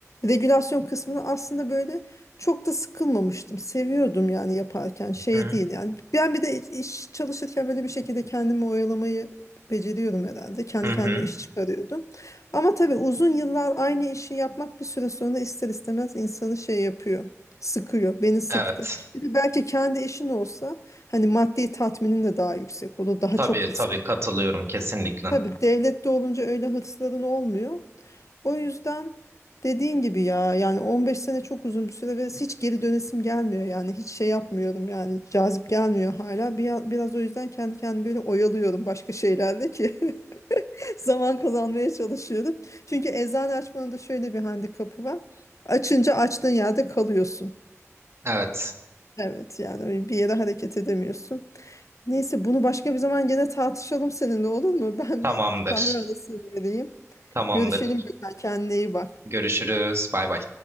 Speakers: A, on the left; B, on the right.
A: regülasyon kısmını aslında böyle çok da sıkılmamıştım. Seviyordum yani yaparken şey
B: Hı
A: değil yani. Ben bir de iş çalışırken böyle bir şekilde kendimi oyalamayı beceriyorum herhalde. Kendi
B: hı.
A: kendime
B: hı.
A: iş çıkarıyordum. Ama tabii uzun yıllar aynı işi yapmak bir süre sonra ister istemez insanı şey yapıyor. Sıkıyor. Beni sıktı.
B: Evet.
A: Bir de belki kendi işin olsa hani maddi tatminin de daha yüksek olur. Daha
B: Tabii
A: çok
B: tabii katılıyorum kesinlikle.
A: Tabii devlette olunca öyle hırsların olmuyor. O yüzden dediğin gibi ya yani 15 sene çok uzun bir süre ve hiç geri dönesim gelmiyor yani hiç şey yapmıyorum yani cazip gelmiyor hala. Bir, biraz o yüzden kendi kendimi böyle oyalıyorum başka şeylerle ki <laughs> zaman kazanmaya çalışıyorum. Çünkü eczane açmanın da şöyle bir handikapı var. Açınca açtığın yerde kalıyorsun.
B: Evet.
A: Evet yani bir yere hareket edemiyorsun. Neyse bunu başka bir zaman gene tartışalım seninle olur mu? <laughs> Ben
B: Tamamdır.
A: bir kahve arası vereyim.
B: Tamamdır.
A: Görüşelim Gökhan. Kendine iyi bak.
B: Görüşürüz. Bay bay.